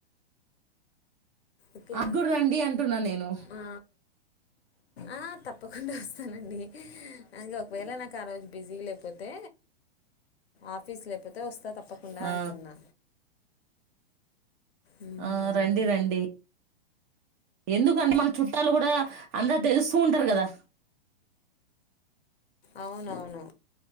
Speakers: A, on the left; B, on the right.
A: ఓకేనా
B: అగ్గుడు రండి అంటున్నా నేను
A: ఆ, ఆ తప్పకుండా వస్తానండి అంగ ఒకవేళ నాకు ఆ రోజు బిజీ లేకపోతే ఆఫీస్ లేకపోతే తే వస్తా తప్పకుండా
B: ఆ
A: అంటున్నా మ్మ్.
B: ఆ రండి రండి. ఎందుకంటే మన చుట్టాలు కూడా అందర్ తెలుస్తూ ఉంటారు కదా
A: అవునవును